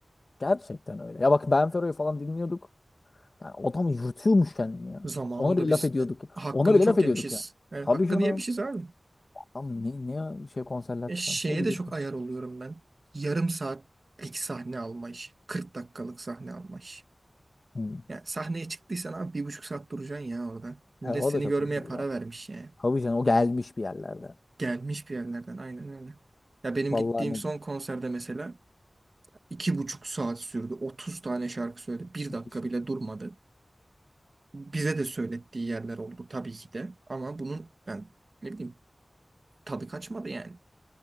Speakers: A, on the left (about 55°); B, on the right (about 60°).
A: Gerçekten öyle. Ya bak Ben Fero'yu falan dinliyorduk. Yani adam yırtıyormuş kendini ya.
B: Zamanında
A: Ona bile
B: biz
A: laf ediyorduk.
B: e,
A: ya.
B: hakkını
A: Ona bile
B: çok
A: laf ediyorduk
B: yemişiz.
A: ya.
B: Evet,
A: Tabii
B: hakkını
A: canım.
B: yemişiz abi.
A: Adam ne, ne ya şey konserler
B: E,
A: çıkarmış
B: şeye
A: ne bileyim.
B: de çok ayar oluyorum ben. Yarım saatlik sahne alma işi. 40 dakikalık sahne alma işi.
A: Hmm.
B: Yani sahneye çıktıysan abi bir buçuk saat duracaksın ya orada. Millet
A: Evet, o
B: seni
A: da çok
B: görmeye
A: kötü değil
B: para
A: o.
B: vermiş yani.
A: Tabii canım o gelmiş bir yerlerde.
B: Gelmiş bir yerlerden aynen öyle. Ya benim
A: Vallahi
B: gittiğim
A: ne
B: son konserde mesela iki buçuk saat sürdü. 30 tane şarkı söyledi. Bir dakika
A: düşün.
B: bile durmadı. Bize de söylettiği yerler oldu tabii ki de. Ama bunun ben ne bileyim tadı kaçmadı yani.